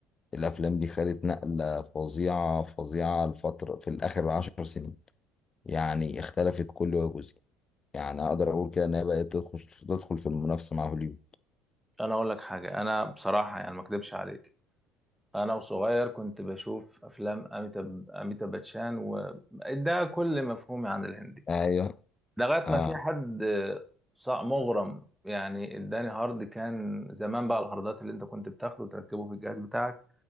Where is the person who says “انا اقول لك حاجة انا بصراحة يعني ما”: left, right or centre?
Centre